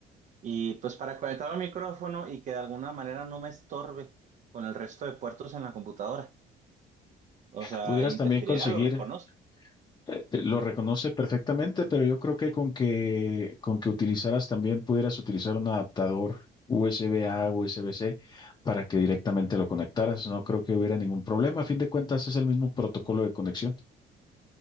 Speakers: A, on the right; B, on the left.
A: y pues para conectar al micrófono y que de alguna manera no me estorbe con el resto de puertos en la computadora. O sea,
B: Pudieras
A: interferirá,
B: también conseguir
A: lo reconoce.
B: eh, Lo reconoce perfectamente, pero yo creo que con que con que utilizaras también pudieras utilizar un adaptador USB-A, USB-C para que directamente lo conectaras. No creo que hubiera ningún problema. A fin de cuentas es el mismo protocolo de conexión.